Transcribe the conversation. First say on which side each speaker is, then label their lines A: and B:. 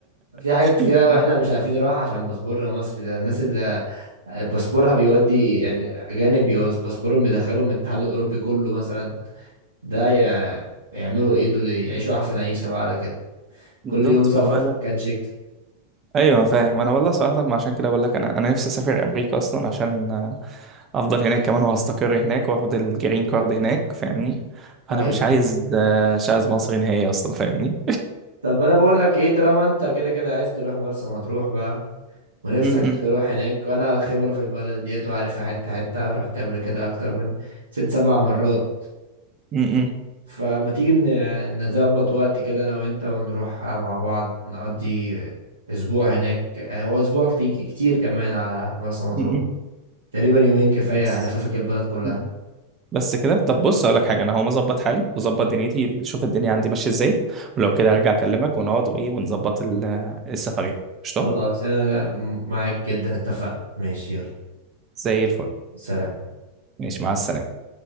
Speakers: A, on the right; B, on the right.
A: في حاجات
B: <laughs>
A: كتير قوي احنا مش عارفين نروح عشان باسبورنا مصري ده الناس اللي باسبورها بيودي يعني اجانب بيوز باسبورهم يدخلهم من الاتحاد الاوروبي كله مثلا ده يع- يعملوا ايه دول يعيشوا احسن عيشه بقى على كده
B: بالظبط
A: كل يوم سفر
B: فبقول
A: في
B: لك
A: مكان شكل
B: ايوه فاهم انا والله صراحه ما عشان كده بقول لك انا انا نفسي اسافر امريكا اصلا عشان افضل هناك كمان وهستقر هناك واخد الجرين كارد هناك فاهمني فانا
A: ايوه
B: مش عايز آه، مش عايز مصر نهائي اصلا فاهمني
A: طب انا بقول لك ايه طالما انت كده كده عايز تروح مرسى مطروح بقى ونفسك
B: م-
A: تروح
B: م-
A: هناك وانا خبره في البلد ديت وعارفها حته حته رحت قبل كده اكتر من ست سبع مرات
B: م-
A: فما تيجي ن- نظبط وقت كده انا وانت ونروح مع بعض نقضي اسبوع هناك يعني هو اسبوع كتير كتير كمان على مرسى مطروح
B: م- م.
A: تقريبا يومين كفاية
B: بس
A: هلففك البلد كلها
B: م- م. بس كده طب بص اقول لك حاجه انا هقوم اظبط حالي واظبط دنيتي اشوف الدنيا عندي ماشيه ازاي ولو كده ارجع اكلمك ونقعد وايه ونظبط ال- السفريه قشطه
A: خلاص انا معاك جدا اتفقنا ماشي يلا
B: زي الفل
A: سلام
B: ماشي مع السلامه